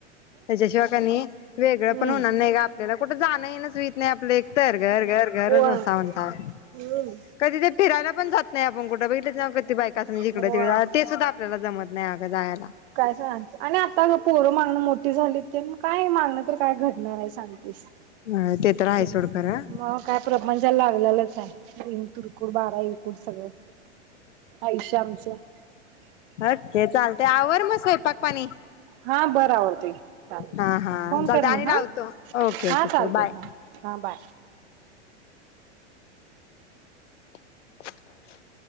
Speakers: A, on the left; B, on the right.
A: त्याच्याशिवाय कणी वेगळं
B: हम्म
A: पण होणार नाही ग आपल्याला कुठं जाणं येणं च नाहीच होत नाही आपलं एकतर, घर घर
B: होय
A: घरच नसत म्हणताव.
B: होय
A: कधी तर फिरायला पण जात नाही आपण कुठ बगीतलीस नवं की बायकासनी जीकड
B: होय
A: तिकड ते सुद्धा आपल्याला मला जमत नाही आग जायाला.
B: काय सांग आणि आता ग पोरं मागणं मोठी झाली तेन काय मागणं तर काय घट नाहीे सांगतीस.
A: होय ते तर आहे
B: <inaudible>
A: सोड खरं
B: मग काय <unintelligible> <unintelligible> लागल्यालचं तीन तुरकुड बारा इरकूट सगळं आयुष्य आमच <inaudible>
A: ओके चालतंय आवर मग स्वयंपाक पाणी.
B: हा बरं आवरते, चालतंय
A: हा हा
B: फोन
A: चालतंय
B: कर
A: आणि
B: मग
A: लावतो
B: हां
A: ओके ओके
B: हां
A: चल
B: चालतय
A: बाय.
B: हां हां बाय.
A: <unintelligible>